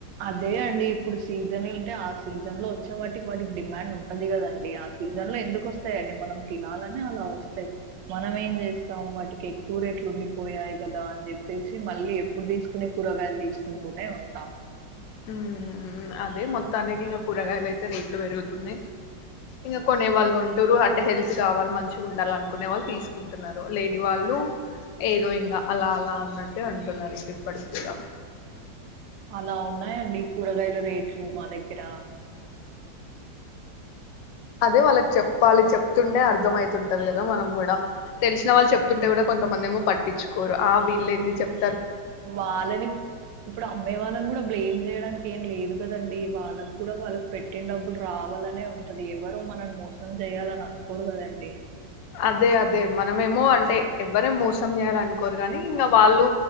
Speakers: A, on the right; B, on the left.
A: అదే అండి ఇప్పుడు సీజన్ అంటే ఆ సీజన్ లో వచ్చే వాటికి వాటికి డిమాండ్ ఉంటది కదండి ఆ సీజన్ లో ఎందుకు వస్తాయండి మనం తినాలనే అలా వస్తాయి మనం ఏం చేస్తాం వాటికి ఎక్కువ రేట్లు ఉండిపోయాయి కదా అని చెప్పేసి మళ్ళీ ఎప్పుడు తీసుకునే కూరగాయలు తీసుకుంటూనే ఉంటాం
B: ఉ అదే మొత్తానికి ఇంకా కూరగాయలు అయితే రేట్లు పెరుగుతున్నాయ్ ఇంకా కొనే వాళ్ళు కొంటరు అంటే హెల్త్ కావాలి మంచిగా ఉండాల అనుకునే వాళ్ళు తీసుకుంటున్నారు లేని వాళ్ళు ఏదో ఇంకా అలా అలా అన్నట్టే అంటున్నారు ఇంక ఇప్పటికి కూడా
A: అలా ఉన్నాయండి కూరగాయల రేట్లు మా దగ్గర
B: అదే వాళ్ళకి చెప్పాలి చెప్తుంటే అర్థం అయితుంటది కదా మనం కూడా తెలిసిన వాళ్ళు చెప్తుంటే కూడా కొంతమంది ఏమో పట్టించుకోరు ఆ వీళ్ళ ఏంది చెప్
A: వాళ్ళని ఇప్పుడు అమ్మేవాలని కూడ బ్లేెయిమ్ చేయడానికి ఏం లేదు కదండి వాళ్ళకి కూడా వాళ్ళకి పెట్టిన డబ్బులు రావాలనే ఉంటది ఎవరో మనల్ని మోసం చేయాలని అనుకోరు కదండి
B: అదే అదే మనమేమో అంటే ఎవ్వరేం మోసం చేయాలి అనుకోరు కానీ ఇంకా వాళ్ళు